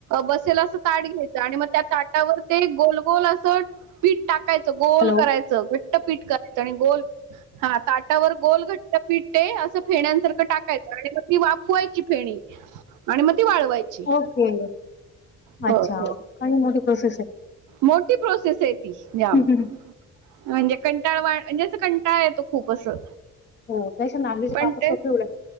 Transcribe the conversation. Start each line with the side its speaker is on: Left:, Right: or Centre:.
Right: बसेला असं ताट घ्यायचं आणि मग त्या ताटावर ते गोलगोल असं. पीठ टाकायचं गोल
Left: हॅलो
Right: करायचं. घट्टपीठ करायचं आणि गोल हा ताटावर गोल घट्ट पिट्टे असं फेण्यासारखं टाकायचं आणि मग ती वाफवायची फेणी. आणि मग ती वाळवायची.
Left: ओके.
Right: हो
Left: अच्छा
Right: हो
Left: काही मोठी प्रोसेस आहे.
Right: मोठी प्रोसेस य ती
Left: आहे
Right: जम. म्हणजे कंटाळवा म्हणजे असं कंटाळ आहे तो खूप असं
Left: हो त्याच्या नागलीचे
Right: पण
Left: पापड
Right: ते
Left: सोपे उलट